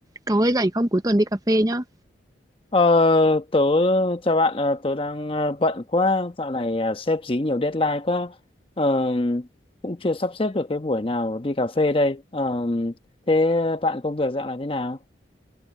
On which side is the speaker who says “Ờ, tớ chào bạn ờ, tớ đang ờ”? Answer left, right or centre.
Left